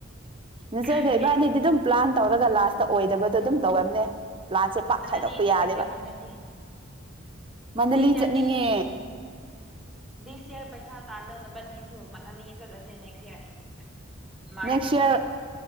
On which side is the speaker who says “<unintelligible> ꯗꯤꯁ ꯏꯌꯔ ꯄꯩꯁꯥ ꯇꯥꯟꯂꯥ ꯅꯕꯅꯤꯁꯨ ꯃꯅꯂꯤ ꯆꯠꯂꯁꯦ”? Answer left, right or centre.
Centre